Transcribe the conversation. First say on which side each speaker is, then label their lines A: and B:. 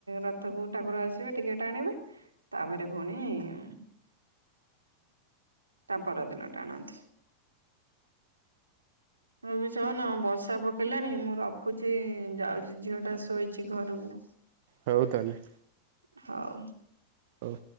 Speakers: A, on the right; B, on the right.
A: ରଥକୁ ଠାକୁର ଆସିବେ ଟିକେ ଟାଣିବେ। ତାପରେ ପୁଣିଇଏ। ତା ପରଦିନ ଟା ଆଣନ୍ତୀ। ମୁଁ ବି ଯୋଉଁ ନୁହଁ ବର୍ଷା ପ ପକେଇ ଲାଣି ମୁଁ ରଖୁଛି ଯାଉଛି ଝିଅ ଟା ଶୋଇଛି ଘରକୁ।
B: ହଉ ତାହଲେ।
A: ହଉ।
B: ଓଉଁ।